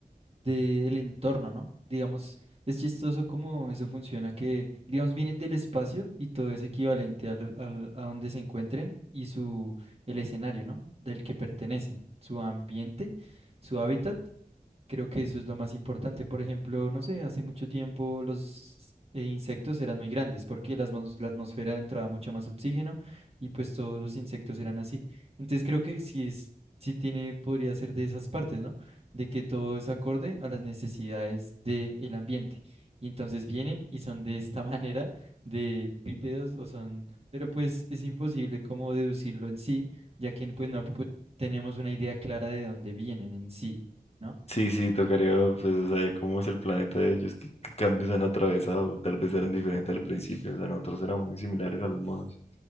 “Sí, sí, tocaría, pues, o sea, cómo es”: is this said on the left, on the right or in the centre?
Left